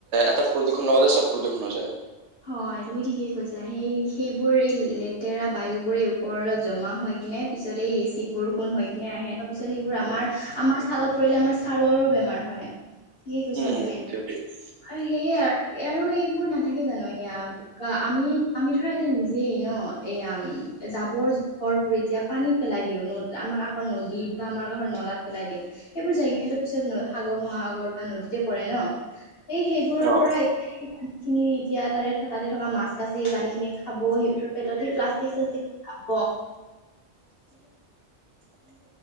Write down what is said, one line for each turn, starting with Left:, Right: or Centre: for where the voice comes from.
Right: এটা প্ৰদূষণৰ লগত চব প্ৰদূষণ হৈ যায়।
Left: হয়, তুমি ঠিকেই কৈছা সেই সেইবোৰ এই লেতেৰা বায়ুবোৰে ওপৰত জমা হয় কিনে পিছত এই এচিড বৰষুণ হয়। <unintelligible> আহে তাৰপিছত সেইবোৰ আমাৰ-আমাৰ ছালত পৰিলে আমাৰ ছালৰো বেমাৰ হয়। ঠিকে কৈছা
Right: উম
Left: তুমি, আৰু সেইয়া আৰু, আৰু এইবোৰ নাথাকে জানো? এয়া আমি আমি ধৰা এতিয়া নিজেই ন, এয়া জাবৰ জোথৰবোৰ এতিয়া পানীত পেলাই দিও ন' আমাৰ কাষৰ নদীত বা আমাৰ কাষৰ নলাত পেলাই দিও, সেইবোৰ জাইকিনি পিছত সাগৰ মহাসাগৰ বা নদীতে পৰে ন এই সেইবোৰৰ
Right: অ
Left: পৰা <unintelligible> খিনি এতিয়া তাৰে থাকা দে থকা মাছ কাছ। যেয়ে এই পানীখিনি খাব, সিহঁতৰ পেটতহে প্লাষ্টিক-ছাষ্টিক পাব।